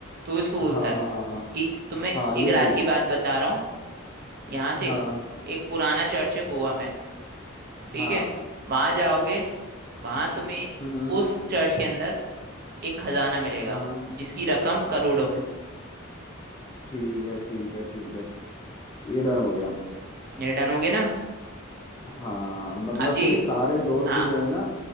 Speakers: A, on the right; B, on the left.
A: तो वो इसको बोलता
B: हाँ
A: है
B: हाँ हाँ हाँ
A: कि तुम्हें
B: हाँ ये
A: एक राज
B: ठीक
A: की
B: है
A: बात बता रहा हूँ यहाँ
B: हाँ
A: से एक पुराना चर्च है गोवा में ठीक
B: हाँ
A: है वहां जाओगे वहां तुम्हें
B: हम्म
A: उस चर्च के अंदर एक खजाना मिलेगा
B: हाँ
A: जिसकी रकम करोड़ों में है
B: ठीक है ठीक है ठीक है ये डन हो गया
A: ये डन हो गया ना
B: हाँ मतलब
A: अब यही
B: फिर सारे दोस्त
A: हाँ
B: जो है ना